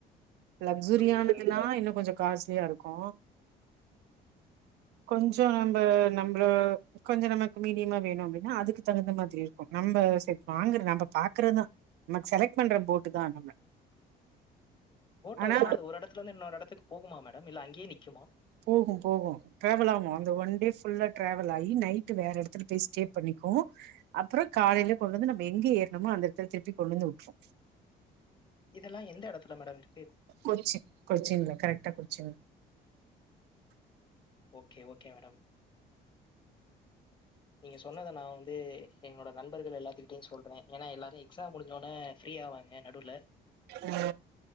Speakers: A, on the right; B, on the left.
A: லக்சுரியானதுனா
B: புரியுது மேடம்
A: இன்னு கொஞ்சோ காஸ்ட்லியா இருக்கூ கொஞ்சோ நம்ப நம்பள கொஞ்ச நமக்கு மீடியமா வேணு அப்டினா அதுக்கு தகுந்த மாதிரி இருக்கூ நம்ப சே வாங்குற நம்ப பாக்குறதா நமக்கு செலக்ட் பண்ற போட்டு தா நம்ம
B: போட்
A: ஆனா
B: ஹவுஸ்னா அது ஒரு எடத்துலருந்து இன்னொரு எடத்துக்கு போகுமா மேடம் இல்ல அங்கேயே நிக்குமா
A: போகும் போகும் ட்ராவல் ஆகூ அந்த ஒன் டே ஃபுல்லா ட்ராவல் ஆகி நைட்டு வேற எடத்துல போய் ஸ்டே பண்ணிக்கூ அப்புறோ காலையில கொண்டு வந்து நம்ப எங்க ஏறுனமோ அந்த எடத்துல திருப்பி கொண்டு வந்து வுட்று
B: இதெல்லா எந்த எடத்துல மேடம் இருக்
A: கொச்சி கொச்சின்ல கரெக்டா கொச்சின்
B: ஓகே ஓகே மேடம் நீங்க சொன்னத நா வந்து எங்களோட நண் பர்கள் எல்லாத்துகிட்டயும் சொல்றே ஏனா எல்லாரும் எக்ஸாம் முடிஞ்சொனெ ஃப்ரீ ஆவாங்க நடுவுல
A: ஆ